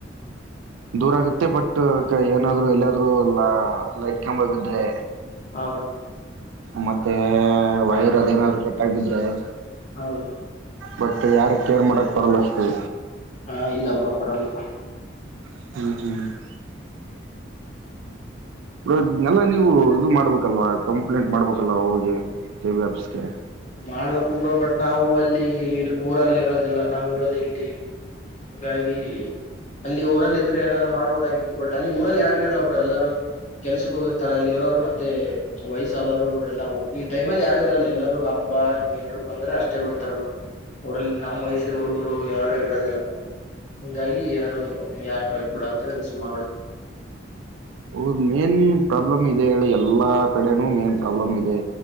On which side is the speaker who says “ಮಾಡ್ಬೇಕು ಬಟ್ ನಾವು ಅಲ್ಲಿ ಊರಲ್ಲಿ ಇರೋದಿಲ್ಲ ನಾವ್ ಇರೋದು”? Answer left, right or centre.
Left